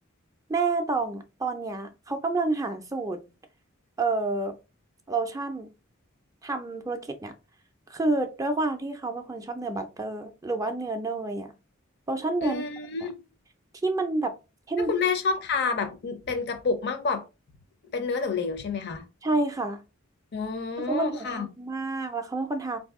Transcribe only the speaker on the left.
อืม
ถ้าคุณแม่ชอบทาแบบเป็นกระปุกมากกว่าเป็นเนื้อเหลวๆใช่ไหมคะ
อ๋อ
ค่ะ